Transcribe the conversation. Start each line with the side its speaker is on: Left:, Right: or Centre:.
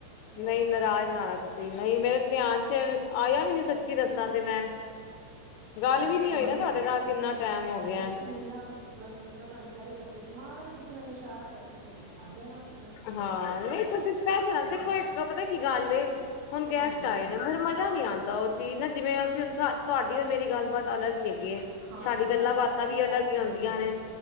Right: ਹੈ
Left: ਨਹੀਂ
Right: ਤੁਹਾਡੀ
Left: ਨਾਰਜ਼ ਨਾ ਆਉਣਾ ਤੁਸੀਂ ਨਹੀਂ ਮੇਰੇ ਧਿਆਨ ਚ ਆਇਆ ਵੀ ਨੀ ਸੱਚੀ ਦੱਸਾਂ ਤੇ ਮੈਂ ਗੱਲ
Right: ਮੈਂ
Left: ਵੀ ਨੀ
Right: ਕਿੰਨੀ
Left: ਹੋਈ ਨਾ ਤੁਹਾਡੇ
Right: ਗੱਲ
Left: ਨਾਲ ਕਿੰਨਾ ਟੈਮ ਹੋ
Right: ਵੇਖਲੋ
Left: ਗਿਆ
Right: ਤੁਸੀਂ ਮਤਲਬ ਕੀਤਾ ਤੁਹਾਨੂੰ ਚਾਹੀਦਾ ਸੀ ਇੱਕ ਮਾੜ ਜਹਾ ਤੁਸੀਂ ਮੈਨੂੰ ਇਸ਼ਾਰਾ ਕਰਦੇ ਤੇ ਮੈਂ ਤਾਂ ਆ ਜਾਣਾ ਸੀ
Left: ਹਾਂ ਨਹੀਂ ਤੁਸੀਂ ਸਪੈਸ਼ਲ ਆ ਦੇਖੋ
Right: ਸੀਗਾ।
Left: ਇੱਕ ਪਤਾ ਕੀ ਗੱਲ ਏ ਹੁਣ ਗੈਸਟ
Right: ਹਾਂਜੀ-ਹਾਂਜੀ,
Left: ਆਏ ਨੇ
Right: ਹਾਂਜੀ
Left: ਮ ਮਜ਼ਾ ਨਹੀਂੀ ਆਉਂਦਾ ਉਹ ਚੀਜ਼ ਨਾ ਜਿਵੇਂ ਅਸੀਂ ਹੁਣ ਤੁਹਾਡੇ ਮੇ ਗੱਲਬਾਤ ਅਲੱਗ ਈ
Right: ਹਾਂਜੀ
Left: ਸਾਡੀ ਗੱਲਾਂ
Right: ਇਹ ਗੱਲ
Left: ਬਾਤਾਂ
Right: ਇਹ
Left: ਵੀ
Right: ਗੱਲ
Left: ਅਲੱਗ
Right: ਸਹੀ
Left: ਹੀ ਆਉਂਦੀਆਂ ਨੇ
Right: ਏ।